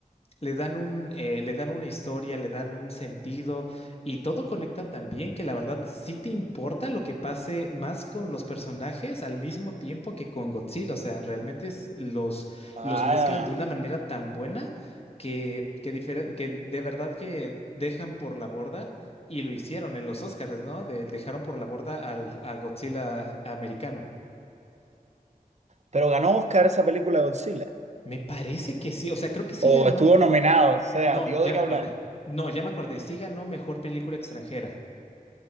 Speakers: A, on the left; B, on the right.
A: Le dan un, eh, le dan una historia, le dan un sentido y todo conecta también que la verdad sí te importa lo que pase más con los personajes al mismo tiempo que con Godzilla. O sea, realmente es- los,
B: Ah,
A: los mezclan de una manera tan buena que, que, difere- que de verdad que dejan por la borda y lo hicieron en los Oscars, ¿no? De- dejaron por la borda al, a Godzilla americano.
B: pero ganó Oscar esa película de Godzilla.
A: Me parece que sí, o sea, creo que sí
B: O
A: ganó.
B: estuvo nominado, o sea,
A: No,
B: dio
A: ya
B: de qué
A: me
B: hablar.
A: acordé. No, ya me acordé. Sí ganó mejor película extranjera.